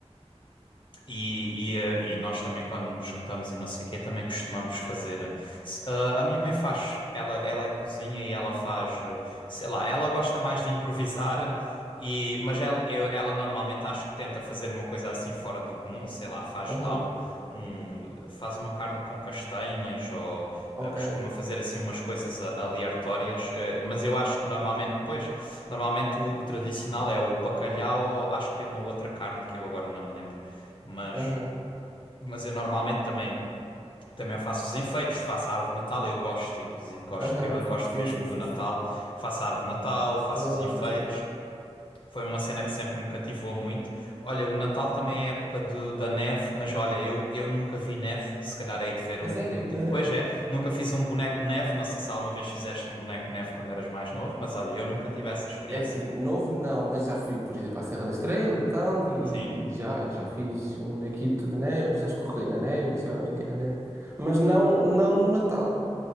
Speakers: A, on the left; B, on the right.
A: E, e, eh, e nós também, quando nos juntamos e não sei o quê, também costumamos fazer. se- ah, a minha mãe faz, ela, ela cozinha e ela faz, eh, sei lá, ela gosta mais de improvisar, <laughs> e, mas ela, eu- ela normalmente acho que tenta fazer uma coisa assim fora do comum, sei lá, faz
B: aham,
A: lá um, um faz uma carne com castanhas ou
B: ok,
A: eh, costuma fazer assim umas coisas a- aleatórias, eh, mas eu acho que normalmente, pois, normalmente o, o tradicional é o bacalhau, ou acho que tem uma outra carne que eu agora não me lembro. Mas,
B: aham,
A: mas eu normalmente também, também faço os enfeites, faço a árvore de Natal, eu gosto, inclusive gosto,
B: aham,
A: eu gosto
B: sim,
A: mesmo
B: sim, sim,
A: do Natal,
B: sim.
A: faço a árvore de Natal, faço
B: Também
A: os
B: gosto
A: enfeites.
B: bastante.
A: Foi uma cena que sempre me cativou muito. Olha, o Natal também é a época de- da neve, mas olha, eu, eu nunca vi neve. Se calhar hei de ver um,
B: A sério?
A: um dia.
B: <laughs>
A: Pois é, nunca fiz um boneco de neve. Não sei se alguma vez fizeste um boneco de neve quando eras mais novo, mas olha, eu nunca tive essa experiência.
B: É assim, novo não, mas já fui, por exemplo, à Serra da Estrela e tal, e
A: Sim.
B: já, já fiz um bonequito de neve, já escorreguei na neve, já brinquei na neve. Mas não, não no Natal.